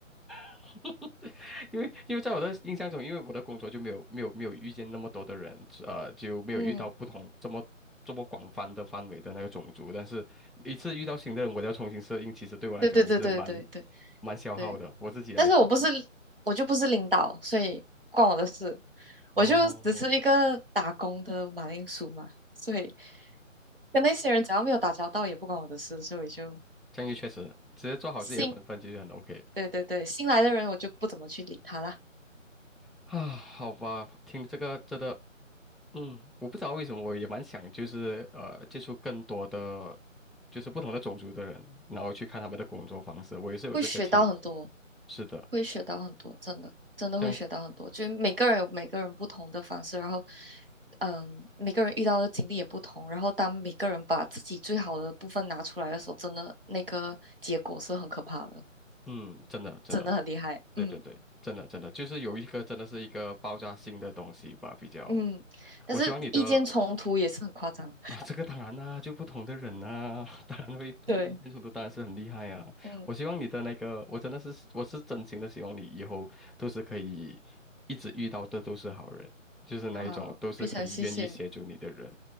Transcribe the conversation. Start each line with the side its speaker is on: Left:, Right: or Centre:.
Centre: <laughs> 因为因为在我的印象中，因为我的工作就没有没有没有遇见那么多的人，呃，就没有遇到不同这么这么广泛的范围的那个种族。
Right: 嗯，
Centre: 但是一次遇到新的人，我都要重新适应，其实对我来讲，
Right: 对对对对对对
Centre: 我也是蛮蛮消耗的，
Right: 对。
Centre: 我自己来说。
Right: 但是我不是，我就不是领导，所以不关我的事，
Centre: 哦，
Right: 我就只是一个打工的马铃薯嘛，所以跟那些人只要没有打交道，也不关我的事，所以就
Centre: 这样就确实直接做好自己的本分就是很
Right: 新，
Centre: OK
Right: 对对对，新来的人我就不怎么去理他啦，
Centre: 啊。好吧，听这个真的，嗯，我不知道为什么，我也蛮想就是呃接触更多的就是不同的种族的人，然后去看他们的工作方式，我也是有这个倾向。
Right: 会学到很多，
Centre: 是的，
Right: 会学到很多，真的真的会学到很多，
Centre: 这样，
Right: 就是每个人有每个人不同的方式，然后。嗯，每个人遇到的经历也不同，然后当每个人把自己最好的部分拿出来的时候，真的那个结果是很可怕的。
Centre: 嗯，真的真的，
Right: 真的很厉害，
Centre: 对对对，
Right: 嗯
Centre: 真的真的，就是有一个真的是一个爆炸性的东西吧，比较。
Right: 嗯，但是意见冲突也是很夸张，
Centre: 我希望你的啊，这个当然啦、就不同的人呐、<laughs> 当然会最意见冲的当然是很厉害啊。
Right: 对，嗯，
Centre: 我希望你的那个，我真的是我是真心的希望你以后都是可以一直遇到的都是好人，就是那一种都是可以愿意协助你的人。
Right: 好，非常谢谢你，